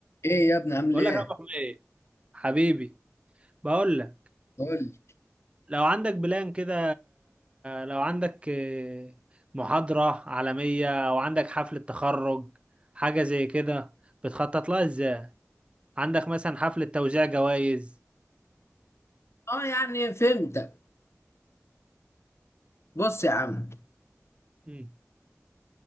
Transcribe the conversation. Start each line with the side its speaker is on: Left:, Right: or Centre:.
Left: ايه يا ابني عامل
Right: بقول
Left: ايه
Right: لك يا ابو حميد حبيبي بقول لك
Left: قول لي
Right: لو عندك بلان كده لو عندك آه، محاضرة عالمية او عندك حفلة تخرج حاجة زي كده بتخطط لها ازاي عندك مثلا حفلة توزيع جوائز
Left: اه يعني فهمتك بص يا عم
Right: مم.